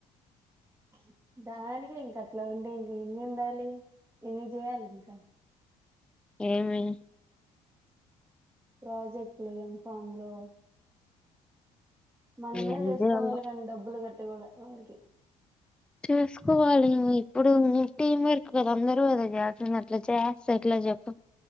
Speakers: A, on the right; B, in the centre.
A: <inaudible> దానికే ఇంక అట్లా ఉండి ఇంక ఎన్ని ఉండాలి ఎన్ని చేయాలి ఇంకా
B: ఏమి
A: ప్రాజెక్టులు ఎంఫామ్ లో మనమే
B: ఏం
A: చేసుకోవాలి
B: చేయాలో
A: కానీ డబ్బులు కట్టి కూడా వాళ్ళకి
B: చేసుకోవాలి ఇప్పుడు టీం వర్క్ కదా అందరుూ కదా చేస్తుంది అట్లా చేస్తా అట్లా చెప్పు